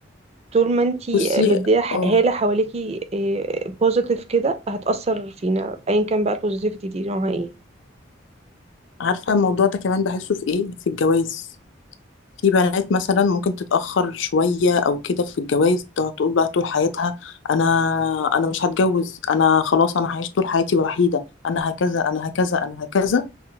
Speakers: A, on the right; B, on the left.
A: طول ما انتي
B: بصي
A: مديه ح-
B: اه
A: هاله حواليكي بوزيتيف كده هتأثر فينا ايا كان بقى البوزيتيفيتي دي نوعها ايه
B: عارفة الموضوع ده كمان بحسه في ايه في الجواز في بنات مثلا ممكن تتأخر شوية او كده في الجواز تقعد تقول بقى طول حياتها انا انا مش هتجوز انا خلاص انا هعيش طول حياتي وحيدة انا هكذا انا هكذا انا هكذا